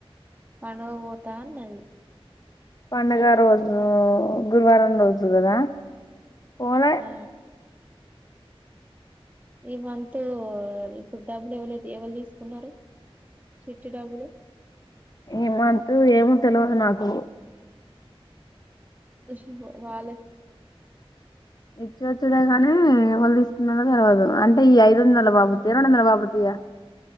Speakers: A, on the right; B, on the left.
A: పండుగ పో తా అన్నది
B: పండుగ రోజు గురువారం రోజు కదా పోలే
A: ఆ ఈ మంత్ ఇప్పుడు డబ్బులు ఎవ్వ ఎవరు తీసుకున్నారు చిట్టి డబ్బులు
B: ఇమంతూ ఏమో తెలివదు నాకు ఓ
A: అ వాాల
B: ఇచ్చ వచ్చుడే కానీ ఎవళ్ళు తీసుకున్న తెలవదు అంటే ఈ ఐదు వందల బాబుత రెండు వందల బాబుతయా